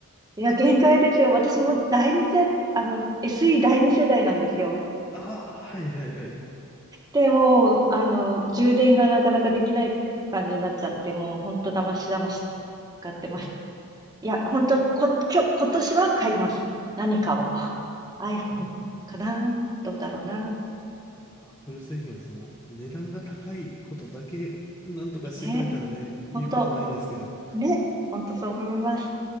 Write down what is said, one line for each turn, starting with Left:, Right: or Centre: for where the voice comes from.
Right: いや、限界ですよ。私も第二世、あの、SE 第二世代なんですよ。
Left: <laughs> ああ、はいはいはい。
Right: でもう、あの、充電がなかなかできない感じになっちゃって、もう本当だましだまし使ってます <laughs> いや、本当こ、今日、今年は買います。何かを。<laughs> あ iPhone かなどうだろうな。
Left: あアップル製品はその、値段が高いことだけ、なんとかしてくれたらね、
Right: ね。
Left: 言うことないんですけど。
Right: 本当ね。本当そう思います。